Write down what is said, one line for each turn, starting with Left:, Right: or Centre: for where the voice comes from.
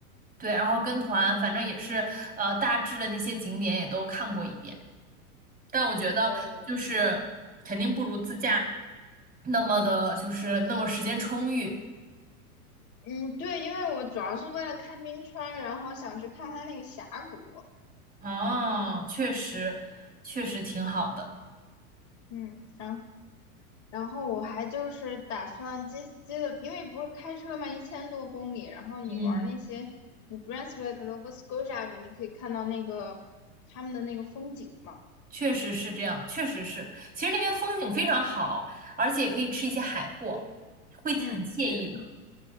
Right: 对，然后跟团，反正也是，呃，大致的那些景点也都看过一遍。但我觉得就是肯定不如自驾
Left: 哦，
Right: 那么的，就是那么时间充裕。
Left: 嗯，对，因为我主要是为了看冰川，然后想去看它那个峡谷。
Right: 啊。确实，确实挺好的。
Left: 嗯，然然后我还就是打算接接的，因为不是开车嘛，一千多公里，然后你玩那些，
Right: 嗯，
Left: 你 Brunswick、Nova Scotia 的时候，你可以看到那个他们的那个风景嘛。
Right: 确实是这样，确实是。其实那边风景非常好，而且也可以吃一些海货，会很惬意的。
Left: 嗯，对